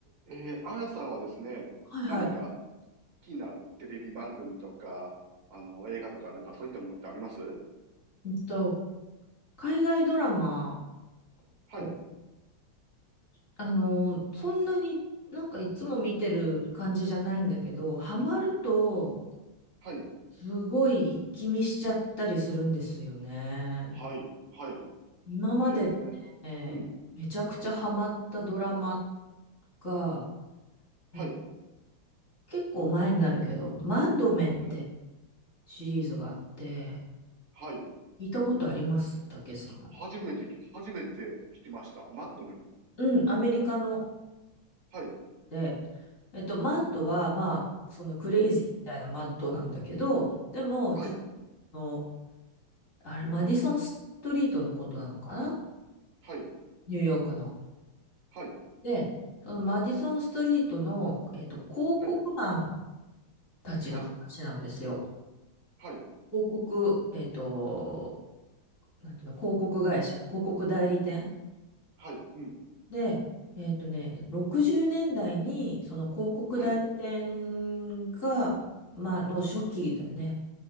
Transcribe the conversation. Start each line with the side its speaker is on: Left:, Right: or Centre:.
Right: えー、あやさんはですね、
Left: はいはい。
Right: 何か好きなテレビ番組とか、あの、映画とか、なんかそういったものってあります
Left: うんと、海外ドラマ
Right: はい、
Left: を、あの、そんなになんかいつも見てる感じじゃないんだけど、ハマると、
Right: はい、
Left: すごい一気見しちゃったりするんですよね。
Right: はい、はい。
Left: 今まででね、
Right: えー、うん、
Left: めちゃくちゃハマったドラマが、え、
Right: はい、
Left: 結構前になるけど、マッドメンって
Right: はい、
Left: シリーズがあって、
Right: はい。
Left: 聞いたことありますたけさん。
Right: 初めてき、初めて聞きました。マッドメン。
Left: うん、アメリカの
Right: はい、
Left: で、えっと、マッドは、まあ、そのクレイジーみたいなマッドなんだけど、
Right: うん、
Left: でも、
Right: はい、
Left: 実の、あれ、マディソンストリートのことなのかな
Right: はい、
Left: ニューヨークの。
Right: はい、
Left: で、そのマディソンストリートの、えっと、広告マン
Right: はい、
Left: たちの話なんですよ。
Right: はい、はい、
Left: 広告、えっと、なんていうの、広告会社、広告代理店。
Right: はい、うん、
Left: で、えっとね、60年代に、その広告代理店が、
Right: はい、
Left: まあ、の初期だね。